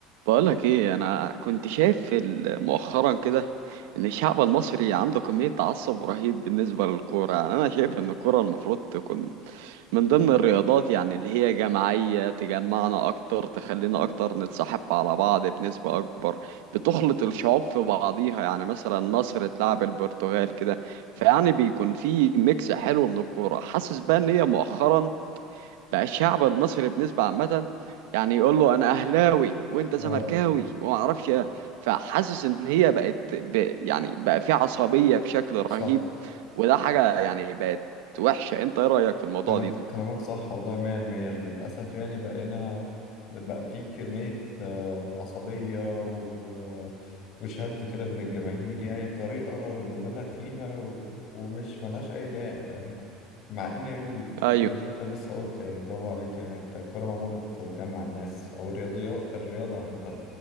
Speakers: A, on the right; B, on the left.
A: بقولك ايه انا كنت شايف ال- مؤخرا كده ان الشعب المصري عنده كمية تعصب رهيب بالنسبة للكورة يعني انا شايف ان الكورة المفروض تكون من ضمن الرياضات يعني اللي هي جماعية تجمعنا اكتر تخلينا اكتر نتصاحب على بعض بنسبة اكبر بتخلط الشعوب في بعضيها يعني مثلا مصر تلعب البرتغال كده فيعني بيكون في ميكس حلو من الكورة حاسس بقى ان هي مؤخرا بقى الشعب المصري بنسبة عامة يعني يقول له انا اهلاوي وانت زملكاوي
B: اه
A: وما اعرفش ايه فحاسس ان هي بقت ب... يعني بقى في عصبية بشكل
B: صح
A: رهيب وده حاجة يعني بقت وحشة انت ايه رأيك في الموضوع
B: كلام
A: دي
B: كلامك
A: ده
B: صح والله مية المية للأسف يعني بقينا بقى في كمية آه، عصبية و... وشد كده بين الجماهير يعني بطريقة مبالغ فيها و... ومش ملهاش أي داعي فاهم مع إن يعني ال- الكورة
A: ايوه
B: زي ما أنت لسه قلت يعني برافو عليك يعني أنت الكورة معمولة تجمع الناس أو الرياضيات الرياضة عامة